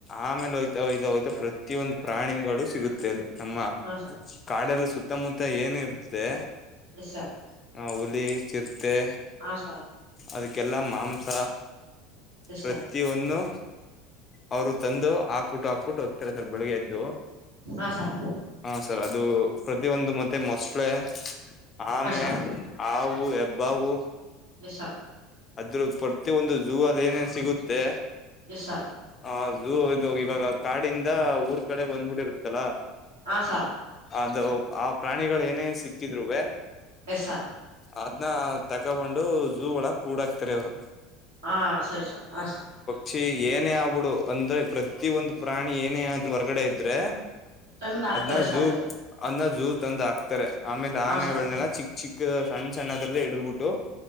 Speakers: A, on the left; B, on the right.
A: ಆಮೇಲೆ ಹೋತಾ ಹಯ್ತಾ ಹೋಯ್ತಾ ಪ್ರತಿಯೊಂದು ಪ್ರಾಣಿಗಳು ಸಿಗುತ್ತೆ ಅಲ್ಲಿ. ನಮ್ಮ
B: ಆಶಾ
A: ಕಾಡಲ್ಲಿ ಸುತ್ತಮುತ್ತ ಏನ ಇರುತ್ತೆ.
B: <unintelligible>
A: ಹ ಹುಲಿ ಚಿರ್ತೆ.
B: ಹಾ ಸಾ.
A: ಅದಕ್ಕೆಲ್ಲ ಮಾಂಸ
B: ಎಸ
A: ಪ್ರ ತಿವನ್ನು ಅವ್ರು ತಂದು ಹಾಕ್ಬಿಟ್ಟು ಹಾಕ್ಬಿಟ್ಟು ಹೋಗ್ತಾರೆ ಸರ್ ಬೆಳಿಗ್ಗೆ ಎದ್ದು.
B: ಆಶಾ
A: ಹ ಸರ್ ಅದು ಪ್ರತಿಯೊಂದು ಮತ್ತೆ ಮೊಸಳೆ. ಆಮೇ
B: ಆಶಾ
A: ಹಾವು ಹೆಬ್ಬಾವು.
B: ಎಸ.
A: ಅದ್ರ ಪ್ರತಿಯೊಂದು ಝೂ ಅಲ್ಲಿ ಏನೇನು ಸಿಗುತ್ತೆ.
B: ಎಸ
A: ಹದು ಇದು ಇವಾಗ ಕಾಡಿಂದ ಊರ್ ಕಡೆ ಬಂದ್ಬಿಟ್ಟಿರುತ್ತಲ್ಲಾ.
B: ಆಸ.
A: ಅದು ಆ ಪ್ರಾಣಿಗಳು ಏನೇ ಸಿಕ್ಕಿದ್ರುವೇ.
B: ಎಸ್ ಸಾ.
A: ಅದನ್ನ ತಕಬೊಂಡು ಝೂ ಒಳ ಕೂಡಾಕ್ತಾರೆ ಅವ್ರು.
B: ಹ ಸರಿ ಸರ್ ಹ ಸರ್.
A: ಚಿ ಏನೇ ಆಗ್ಬಿಡು ಅಂದ್ರೆ ಪ್ರತಿ ಒಂದು ಪ್ರಾಣಿ ಏನೇ ಆದೂ ಹೊರಗಡೆ ಇದ್ರೆ.
B: ತಂದ ಹಾಕ್ತಾರೆ
A: ಅದ್ನ
B: ಶಾಲೆಗೆ
A: ಝೂ ಅದ್ ಝೂ ತಂದು ಹಾಕ್ತಾರೆ ಆಮೇಲೆ
B: ಹಾ
A: ಆನೆಗಳನೆೆಲ್ಲ
B: ಸ
A: ಚಿಕ್ ಚಿಕ್. ಸಣ್ಣ ಸಣ್ಣದ್ರಲ್ಲಲ್ಲಿ ಇಡಿದರ್ಬಿಟ್ಟು.